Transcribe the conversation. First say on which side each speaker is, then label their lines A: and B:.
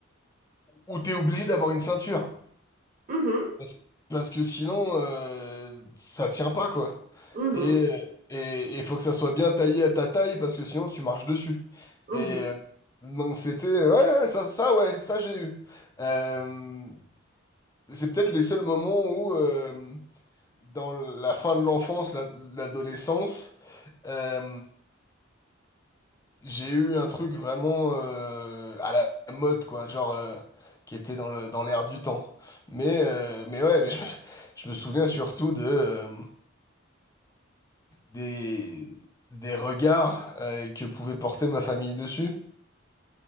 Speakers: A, on the left; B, on the right.
A: où t'es obligé d'avoir une ceinture.
B: Mhm,
A: Parce, parce que sinon, euh, ça tient pas, quoi.
B: mhm.
A: Et euh, et il faut que ça soit bien taillé à ta taille, parce que sinon, tu marches dessus.
B: Mhm.
A: Et euh, donc c'était, ouais, ouais, ça, ça, ouais, ça j'ai eu. Euh, C'est peut-être les seuls moments où, euh, dans la fin de l'enfance, la- l'adolescence, euh, j'ai eu un truc vraiment euh, à la mode, quoi, genre euh, qui était dans le, dans l'air du temps. Mais, euh, mais ouais, mais je, je me souviens surtout de, euh, des, des regards euh, que pouvait porter ma famille dessus.